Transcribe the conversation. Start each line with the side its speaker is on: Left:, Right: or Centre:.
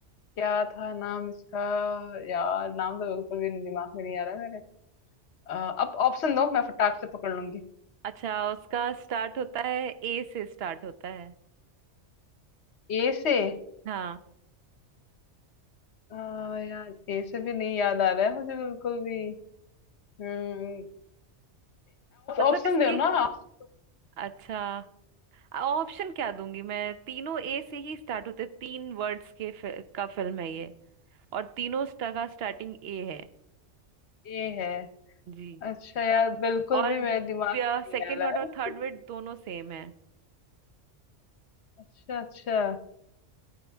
Left: क्या था नाम इसका यार नाम तो बिल्कुल भी दिमाग में नहीं आ रहा है मेरे अ, अब ऑप्शन दो मैं फटाक से पकड़ लूंगी
Right: अच्छा उसका स्टार्ट होता है ए से स्टार्ट होता है
Left: ए से
Right: हाँ
Left: आ, यार ए से भी नहीं याद आ रहा है मुझे बिल्कुल भी हम्म
Right: मतलब
Left: ऑप्शन
Right: इसकी
Left: दो ना ऑप्शन
Right: अच्छा ऑप्शन क्या दूंगी मैं तीनों ए से ही स्टार्ट होते तीन वर्ड्स के फि, का फिल्म है ये और तीनों स्ट- का स्टार्टिंग ए है
Left: ये है
Right: जी
Left: अच्छा यार बिल्कुल
Right: और
Left: भी मेरे दिमाग में
Right: सेकंड
Left: नहीं आ रहा
Right: वर्ड और
Left: है
Right: थर्ड वर्ड दोनों सेम है
Left: अच्छा अच्छा